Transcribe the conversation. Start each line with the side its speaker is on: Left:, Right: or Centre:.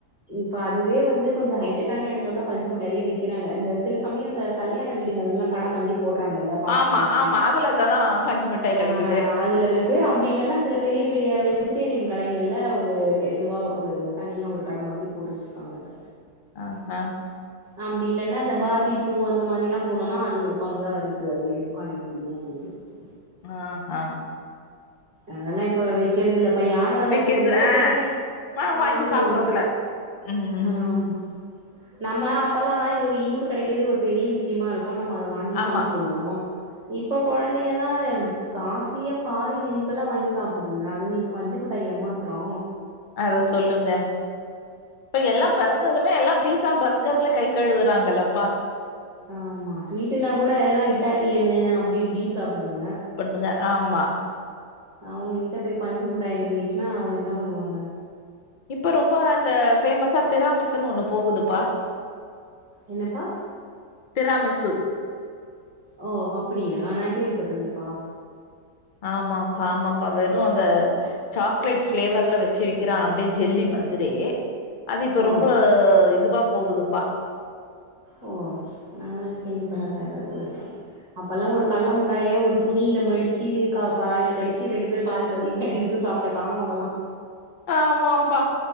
Right: இப்ப அதுவே வந்து கொஞ்சோ ஹைடெக்கான எடத்துல தா பஞ்சு முட்டாயே விக்கிறாங்க இந்த சில் சமயோ அந்த கல்யாண வீடு நெல்லலா கட மாத்ரி போடுறாங்கல்ல பாப்கானு
Left: ஆமா ஆமா அதுலததா பஞ்சு மிட்டாய்
Right: ஆ
Left: கெடைக்குது
Right: அதுலருக்கு அப்டில்லனா சில பெரிய கே பெரியவே விஜிடேரியன் கடைங்கள்ல ஒரு கெ இதுவா ஒரு தனியா ஒரு கட மாத்ரி போட்டு வச்சிருக்காங்க இத
Left: ஆ ஹா
Right: அப்டில்லன்னா இந்த பார்பிகியூ அந்த மாதிரிலா போனோனா அது ஒரு பங்கா இருக்கு அதுலயே பானிப்பூரியு அது இதுன்ட்
Left: ஆ ஹா
Right: அதெல்லா இப்ப விக்கற்தில்ல இப்ப யாரு அது
Left: விக்கிறது
Right: அவ்ள விருப்பப்பட்டுவே
Left: ஆ வா
Right: வாங்கற்தில்ல
Left: வாங்கி சாப்புறதுல ம்
Right: ஆமா நம்ம அப்பெல்லா ஒரு இனிப்பு கெடைக்கது ஒரு பெரிய விஷ்யமார் க்கூ நம்ம அத வாங்கி
Left: ஆமா
Right: சாப்பிடுவோ இப்போ கொழந்தைங்கதா காஸ்ட்லியா ஃபாரின் இனிப்பெல்லா வாங்கி சாப்டுதுங்க அதுங்குளுக் பஞ்சு முட்டாய் எம்மாத்றோ
Left: அத சொல்லுங்க இப்ப எல்லா பெறந்ததுமே எல்லா பீஸா பர்கர்ல கை கழுவுறாங்கல்லப்பா
Right: ஆமா ஸ்வீட்டுனா கூட எல்லா இட்டாலியனு அப்டி இப்டின் சாப்டுதுங்க
Left: படுதுங்க ஆமா
Right: அவுங்க கிட்ட போய் பஞ்சு முட்டாய நீட்னா அவுங்க என்ன பண்ணுவாங்க
Left: இப்ப ரொம்ப அந்த ஃபேமஸா திராமிஸுன் ஒன்னு போகுதுப்பா
Right: என்னப்பா
Left: திராமிசு
Right: ஓ அப்பிடியா நா கேள்விப்பட்டதில்லப்பா
Left: ஆமாப்பா ஆமாப்பா வெறை அந்த சாக்லேட் ஃப்ளேவர்ல வச்சு விக்கிறாங்க அப்டியே ஜெல்லி மாதிரி அது இப்ப
Right: ஓ!
Left: ரொம்ப இதுவா போகுதுப்பா
Right: ஓ நா கேள்விப்படல
Left: ம்
Right: அத இதுவரைக்கூ அப்பல்லா ஒரு கல்ல முட்டாய ஒரு துணில மடிச்சு வாயில கடிச்சு ரெண்டு பேர் பாதி பாதி எடுத் த்து சாப்ட்ட காலோ அதெல்லா
Left: ஆமாம்ப்பா